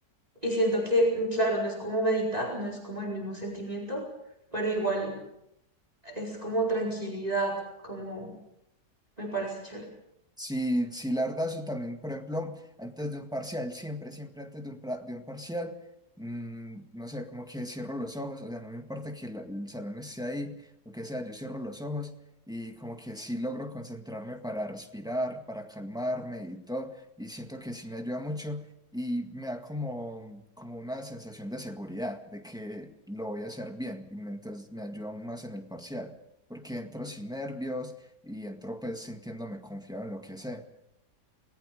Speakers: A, on the right (about 20°); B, in the centre.
A: Y siento que, mm, claro, no es como meditar, no es como el mismo sentimiento, pero igual es como tranquilidad, como me parece chévere.
B: Sí, sí, la verdad, eso también, por ejemplo, antes de un parcial, siempre, siempre antes de un, pra- de un parcial, mm, no sé, como que cierro los ojos, o sea, no me importa que la- el salón esté ahí, lo que sea, yo cierro los ojos y como que sí logro concentrarme para respirar, para calmarme y todo, y siento que sí me ayuda mucho y me da como, como una sensación de seguridad, de que lo voy a hacer bien, y me- entonces me ayuda aún más en el parcial, porque entro sin nervios y entro pues sintiéndome confiado en lo que sé.